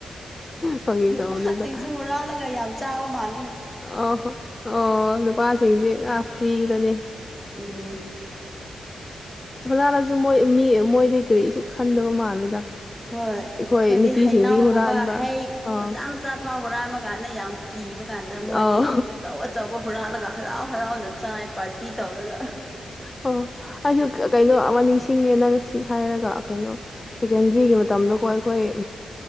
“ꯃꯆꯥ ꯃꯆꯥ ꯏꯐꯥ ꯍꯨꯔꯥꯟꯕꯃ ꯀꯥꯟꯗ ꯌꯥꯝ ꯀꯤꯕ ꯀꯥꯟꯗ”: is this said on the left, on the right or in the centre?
Centre